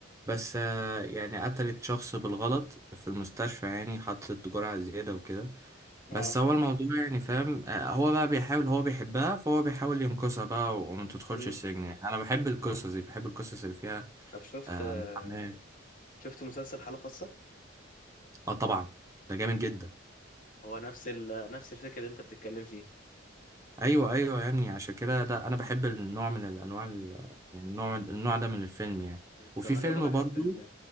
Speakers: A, on the right; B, on the left.
A: بس آه، يعني قتلت شخص بالغلط في المستشفى يعني حطت جرعة زيادة وكده
B: اه
A: بس هو الموضوع يعني فاهم آه، هو بقى بيحاول هو بيحبها فهو بيحاول ينقذها بقى وما تدخلش
B: مم.
A: السجن يعني انا بحب القصص دي بحب القصص اللي فيها
B: طب شفت
A: آه،
B: آه،
A: محاماة
B: شفت مسلسل حالة خاصة
A: اه طبعا ده جامد جدا
B: هو نفس ال... نفس الفكرة اللي انت بتتكلم فيها
A: ايوه ايوه يا ابني عشان كده ده انا بحب النوع من الانواع ال- يعني النوع النوع ده من الفيلم يعني
B: وكمان
A: وفي فيلم
B: انا بحب
A: برضو
B: ال